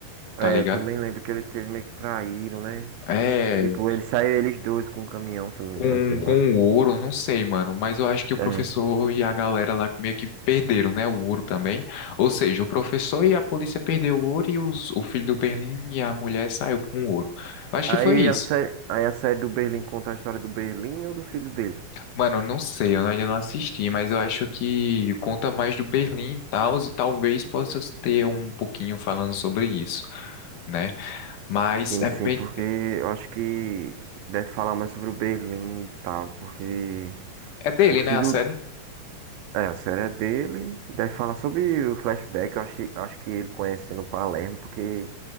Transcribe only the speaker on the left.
tá
ligado?
É,
com,
com
o ouro, não sei, mano, mas eu acho que o professor
e a galera lá meio que perderam, né, o ouro também. Ou seja, o professor e a polícia perderam o ouro e os- o filho do Berlim e a mulher saiu com o ouro. Eu acho que
foi isso.
Mano, eu não sei, eu ainda não assisti, mas eu acho que conta mais do Berlim e tal, e talvez possa ter um pouquinho falando sobre isso, né? Mas
é
bem,
é dele,
né, a série?